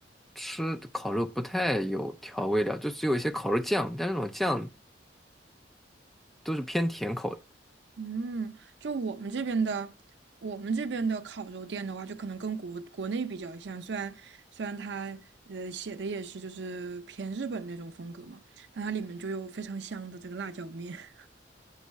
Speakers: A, in the centre; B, on the right.
A: 吃烤肉不太有调味料，就只有一些烤肉酱，但是那种酱都是偏甜口的。
B: 嗯，就我们这边的，我们这边的烤肉店的话，就可能跟国国内比较像，虽然虽然它呃写的也是就是偏日本那种风格嘛，但它里面就有非常香的这个辣椒面。<laughs>